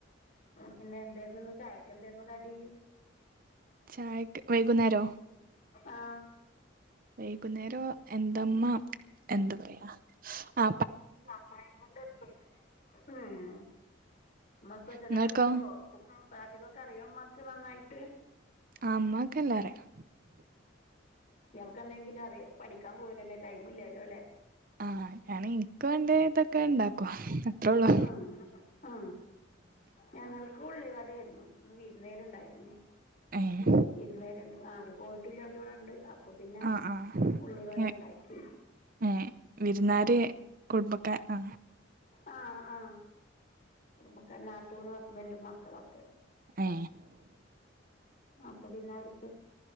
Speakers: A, on the left; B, on the right.
A: പിന്നെ എന്തായിരുന്നുന്ന് ചായക്ക എന്തായിരുന്നു കടി
B: ചായക്ക് വൈകുന്നേരോ
A: ആ
B: വൈകുന്നേരം എന്തമ്മ എന്താ പറയാ ആ
A: ആ പേപ്പറിന്റെ എടുത്ത് വേഴിക്കുന്നുണ്ട് ഉ ഉം ഉമ്മ സ്പെഷ്യലൊക്കെ
B: നിങ്ങൾക്കോ
A: ഉണ്ടാക്കുവോ പാചകൊക്കെ അറിയോ ഉമ്മക്ക് നന്നായിട്ട്
B: ആ ഉമ്മക്ക് എല്ലാറിയാം
A: ഇയാക്ക്ന്തെങ്കിലും അറിയോ പഠിക്കാൻ പോവലല്ലേ ടൈം ഇല്ലല്ലോ അല്ലേ
B: ആ ഞൻ എനിക്ക വണ്ട ഇതൊക്കെ ഇണ്ടാക്കോ അത്രേ ഉള്ളൂ
A: ആ ആ ഞങ്ങൾക്ക് ഉള്ളിവാടെ ആയിരുന്നു ഇന്ന് വിരുന്ന് കാര് ഉണ്ടായിരുന്നേ
B: ഏഹ്
A: വിരുന്നുകര്ണ്ട് ആ അവര് പോയിട്ടില്ല അവര് ഇവിടെ ഇണ്ട് ആ അപ്പ പിന്നെ
B: ആഹ് ആഹ്
A: ഉള്ളിവടണ്ടാക്കി
B: ഏഹ് ഏഹ് വിരുന്നാര് കുടുംബക്കാ ആ
A: ആ ആ കുടുംബക്കാര് നാത്തൂനും ഹസ്ബൻഡും മക്കളൊക്കെ
B: ഏ
A: അപ്പ പിന്നെ അവർക്ക്